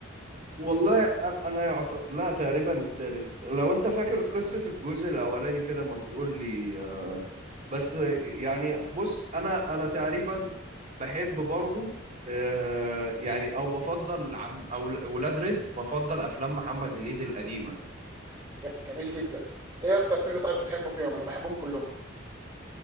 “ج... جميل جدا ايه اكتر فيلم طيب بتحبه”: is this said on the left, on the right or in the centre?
Right